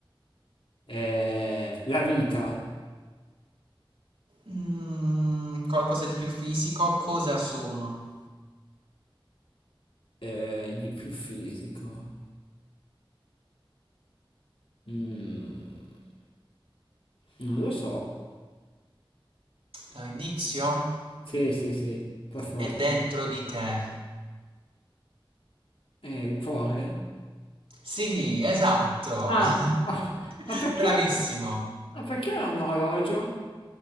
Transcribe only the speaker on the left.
Eh, la vita
eh, di più fisico. Mm, non lo so.
Sì, sì, sì, per forza.
Eh, il cuore?
Ah, <laughs> ah,
ma perché?
Ma perché è un orologio?